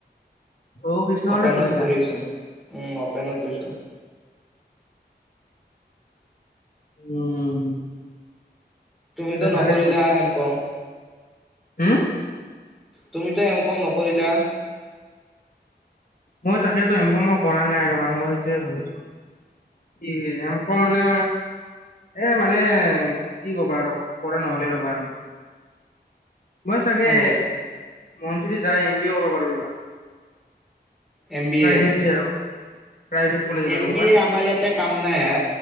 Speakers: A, on the left (about 55°); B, in the centre.
A: অ' কৃষ্ণকান্তত
B: অ'পেনত
A: কৰিছা।
B: কৰি আছোঁ, উম অ'পেনত লৈছোঁ
A: উম।
B: তুমিতো
A: তেনে
B: নকৰিলা
A: ভালে
B: এম কম।
A: হুম।
B: তুমিতো এম ক'ম নকৰিলা।
A: মই তাকেতো এম কম মই কৰা নাই ৰবা মই সেইটোয়ে ভাবিছো। কি এম কম মানে এ মানে কি কবা আৰু কৰা নহলে ৰ'বা আৰু। মই চাগে
B: অ
A: মন যদি যায়, এম বি এ কৰিব পাৰো ৰ'বা।
B: এম বি
A: প্ৰাইভেটলি
B: এ,
A: আৰু প্ৰাইভেট কলেজত
B: এম
A: আৰু ক'ৰবাত
B: বি এ আমাৰ ইয়াতে কাম নাই হা,